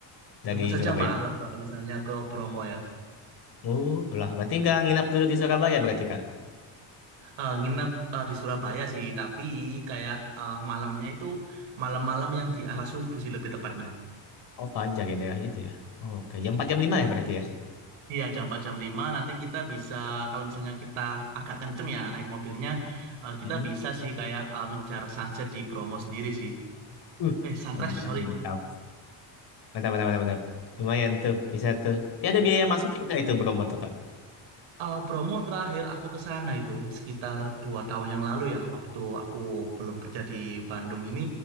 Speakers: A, on the left (about 50°); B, on the right (about 70°).
A: dari
B: Tentu saja
A: Surabaya?
B: malam kalau misalnya ke Bromo ya.
A: Oh, lah berarti nggak nginap dulu di Surabaya berarti Kak.
B: Eh nginep eh, di Surabaya sih, tapi kayak eh, malamnya itu malam-malam yang di arah subuh sih lebih tepatnya.
A: Oh, Fajar ya daerah itu ya. Oke, jam 4 jam 5 ya berarti ya.
B: Iya, jam 4 jam 5. nanti kita bisa kalau misalnya kita agak kenceng ya naik mobilnya, eh, kita
A: Mhm.
B: bisa sih kayak eh, ngejar sunset di Bromo sendiri sih.
A: Uh,
B: Eh, sunrise,
A: enak,
B: sorry.
A: mantap. Mantap, mantap, mantap, mantap. Lumayan tuh, bisa tuh. Tapi ada biaya masukin nggak itu promo tuh Kak?
B: Eh, Bromo terakhir aku ke sana itu sekitar dua tahun yang lalu ya, waktu aku belum kerja di Bandung ini,